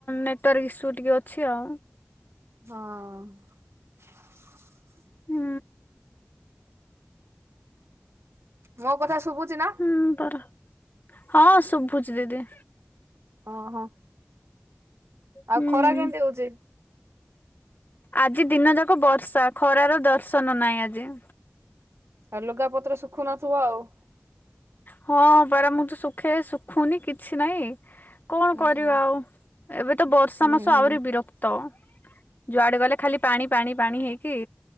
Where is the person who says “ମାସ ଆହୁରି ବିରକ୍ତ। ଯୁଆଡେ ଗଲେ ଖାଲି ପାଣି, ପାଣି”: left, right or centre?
Left